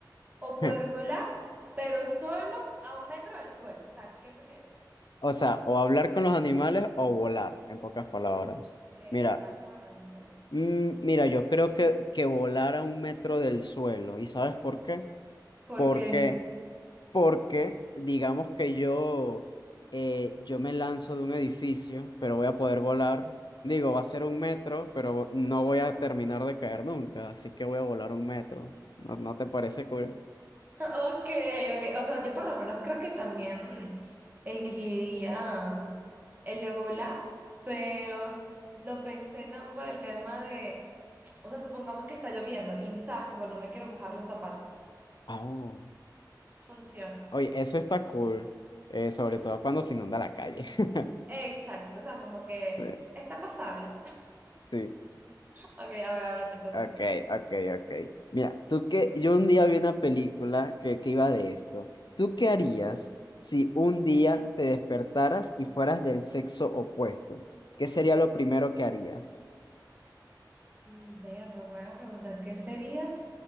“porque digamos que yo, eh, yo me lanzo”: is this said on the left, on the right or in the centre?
Left